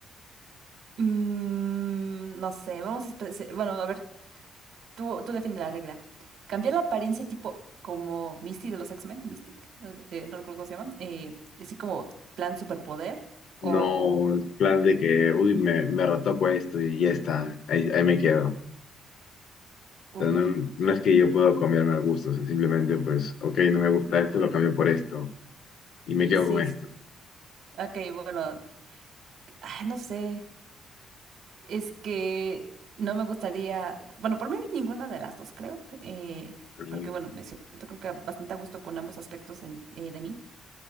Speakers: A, on the right; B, on the left.
A: Mm, no sé, vamos a... especi- Bueno, a ver, tú, tú define la regla. Cambiar la apariencia tipo como Misty de los X-Men, Mystic, eh, no recuerdo cómo se llama, eh, así como plan superpoder o...
B: No, el plan
A: mm,
B: de que, uy, me, me retoco esto y ya está, ahí, ahí me quedo. O
A: uy,
B: sea, no, no es que yo pueda cambiarme al gusto, o sea, simplemente pues, ok, no me gusta esto, lo cambio por esto y me quedo
A: sí,
B: con esto.
A: sí. Ok, bueno, ah, no sé. Es que no me gustaría, bueno, por mí ninguna de las dos creo, eh,
B: Uy,
A: porque bueno, me siento creo que bastante a gusto con ambos aspectos en- eh, de mí,